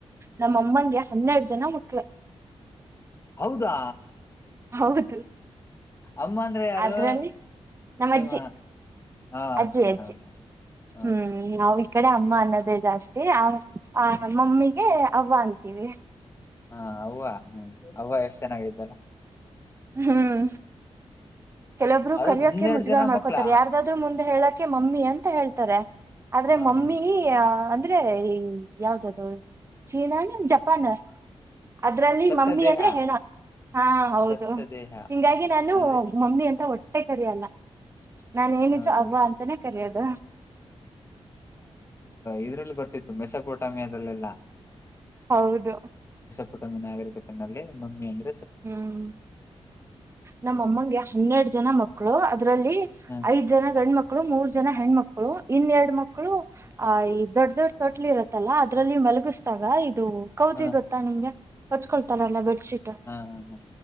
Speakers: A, on the right; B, on the left.
A: ನಮ್ಮಮ್ಮನ್ಗೆ ಹನ್ನೆರಡ ಜನ ಮಕ್ಳ
B: ಹೌದಾ
A: ಹೌದು
B: ಅಮ್ಮ ಅಂದ್ರೆ ಯಾರು
A: ಅದ್ರಲ್ಲಿ ನಮ್ಮಜ್ಜಿ
B: ನಿಮ್ಮ ಹ
A: ಅಜ್ಜಿ ಅಜ್ಜಿ
B: ಹ ಹ
A: ಹ್ಮ್ ನಾವ ಈ ಕಡೆ ಅಮ್ಮ ಅನ್ನೋದೇ ಜಾಸ್ತಿ ಆ ಆ
B: ಹ
A: ಮಮ್ಮಿಗೆ ಅವ್ವ ಅಂತೀವಿ
B: ಹಾ ಅವ್ವ ಹ್ಮ ಅವ್ವ ಎಷ್ಟು ಚೆನ್ನಾಗ ಐತಲ್ಲ
A: ಹ್ಮ್ ಕೆಲವೊಬ್ರು
B: ಅದ
A: ಕರಿಯಕ್ಕೆೆ
B: ಹನ್ನೆರಡು
A: ಮುಜುಗಾರ
B: ಜನ
A: ಮಾಡ್ಕೋತಾರೆ
B: ಮಕ್ಳ
A: ಯಾರದಾದ್ರು ಮುಂದೆ ಹೇಳಕೆ ಮಮ್ಮಿ ಅಂತ ಹೇಳ್ತಾರೆ ಆದ್ರೆ
B: ಹ
A: ಮಮ್ಮಿ
B: ಹ
A: ಅಂದ್ರೆ ಈ ಯಾವ್ದದು ಚೀನಾ ಏನ ಜಪಾನ ಅದ್ರಲ್ಲಿ
B: ಸತ್ತ
A: ಮಮ್ಮಿ
B: ದೇಹ
A: ಅಂದ್ರೆ ಹೆಣ ಹಾ ಹೌದು
B: ಸತ್ತ ದೇಹ
A: ಹಿಂಗಾಗಿ ನಾನು
B: ಅಂದ್ರೆ
A: ಮಮ್ಮಿ ಅಂತ ಹೊಟ್ಟೆ ಕರಿ ಅಲ್ಲ ನಾನ ಏನಿದ್ರು
B: ಹೌದಾ
A: ಅವ್ವ ಅಂತಾನೇ ಕರೆಯೋದು
B: ಇದರಲ್ಲಿ ಬರ್ತಿತ್ತು ಮೆಸಪೋಟಾಮಿಯದಲ್ಲೆಲ್ಲ
A: ಹೌದು
B: ಪುಟ ನಾಗರಿಕತೆನಲ್ಲಿ ಮಮ್ಮಿ ಒಂದ
A: ಹ್ಮ್ ನಮ್ಮ ಅಮ್ಮಗೆ ಹನ್ನೆರಡ್ ಜನ ಮಕ್ಕಳು ಇದ್ರಲ್ಲಿ
B: ಹ
A: ಐದ್ ಜನ ಗಂಡ ಮಕ್ಕಳು ಮೂರ್ ಜನ ಹೆಣ್ಮಕ್ಕಳು ಇನ್ನೆರಡು ಮಕ್ಕಳು ಆ ದೊಡ್ಡ ದೊಡ್ಡ ತೊಟ್ಲ ಇರುತ್ತಲ್ಲ ಅದ್ರಲ್ಲಿ ಮಲಗಿಸಿದಾಗ ಇದು ಕೌದಿ
B: ಹ ಹ
A: ಗೊತ್ತಾ ನಿಮ್ಗೆ ಹೋಚ್ಕೊಳ್ತಾರಲ್ಲಾ ಬೆಡ್ಶೀಟ್
B: ಹಾ ಹಾ ಹಾ